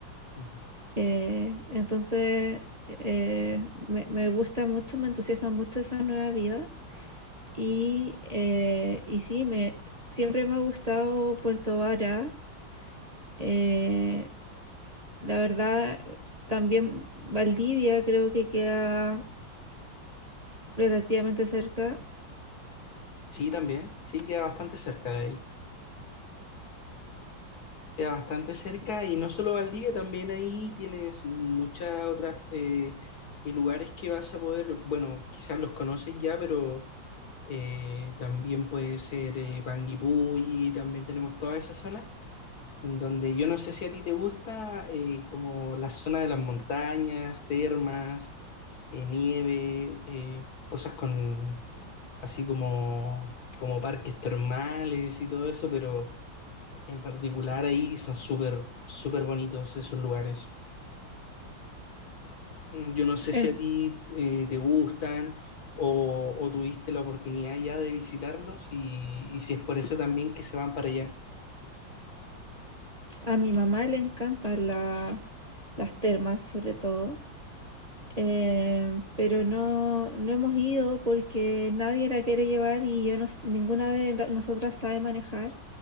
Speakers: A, on the left; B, on the right.
A: Ujú.
B: Eh, entonces, eh, me, me gusta mucho, me entusiasma mucho esa nueva vida. Y, eh, y sí, me, siempre me ha gustado Puerto Vara. eh, la verdad, también Valdivia creo que queda relativamente cerca.
A: Sí, también, sí, queda bastante cerca de ahí. Queda bastante cerca
B: Sí.
A: y no solo Valdivia, también ahí tienes muchas otras eh, eh, lugares que vas a poder, bueno, quizás los conoces ya, pero eh, también puede ser eh, Panguipulli, también tenemos toda esa zona, en donde yo no sé si a ti te gusta eh, como la zona de las montañas, termas, eh, nieve, eh, cosas con así como, como parques termales y todo eso, pero... En particular ahí son súper, súper bonitos esos lugares. Yo no sé
B: En-
A: si a ti eh, te gustan o, o tuviste la oportunidad ya de visitarlos y, y si es por eso también que se van para allá.
B: a mi mamá le encantan la- las termas, sobre todo. eh, pero no, no hemos ido porque nadie la quiere llevar y yo no s- ninguna de la- nosotras sabe manejar.